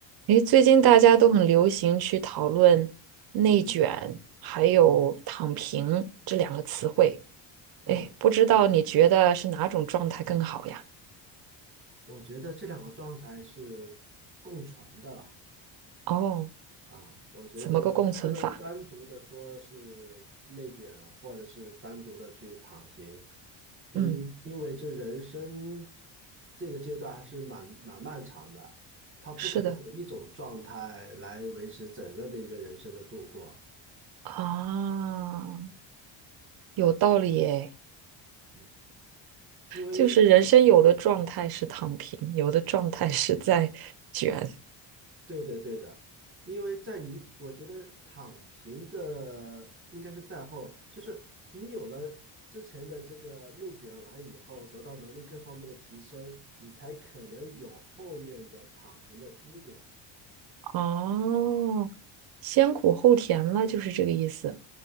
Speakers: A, on the right (about 50°); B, on the right (about 25°).
A: 诶，最近大家都很流行去讨论“内卷”还有“躺平”这两个词汇。
B: 嗯嗯，
A: 诶，不知道你觉得是哪种状态更好呀？
B: 我觉得这两个状态是共存的吧。
A: 哦，
B: 啊，我觉得不能单独的说是内卷啊，
A: 怎么个共存法？
B: 或者是单独的去躺平，因因为这人生
A: 嗯，
B: 这个阶段还是蛮蛮漫长的，他不可能有一种状态来维持整个的一个人生的度过
A: 是的啊，
B: 啊。
A: 有道理耶。
B: 嗯，因为
A: 就是人生有的状态是躺平，有的状态是在卷。
B: 对的，对的，因为在你，我觉得躺平的应该是在后，就是你有了之前的这个内卷完以后，得到能力各方面的提升，你才可能有后面的躺平的资格。
A: 哦，先苦后甜了，就是这个意思，